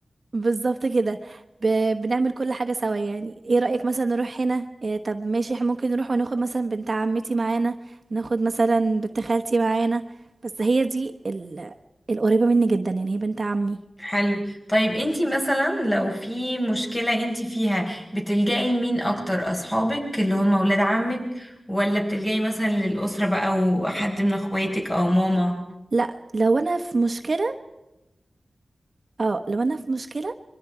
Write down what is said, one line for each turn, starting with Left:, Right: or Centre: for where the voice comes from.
Right: بالظبط كده ب... بنعمل كل حاجه سوا يعني ايه رايك مثلا نروح هنا إيه طب ماشي احنا ممكن نروح وناخد مثلا بنت عمتي معانا ناخد مثلا بنت خالتي معانا بس هي دي ال... القريبه مني جدا يعني هي بنت عمي
Left: حلو طيب انتي مثلا لو في مشكلة انتي فيها بتلجأي لمين اكتر اصحابك اللي هم ولاد عمك ولا بتلجأي مثلا للأسرة بقى وحد من اخواتك او ماما
Right: لا لو انا في مشكله اه لو انا في مشكله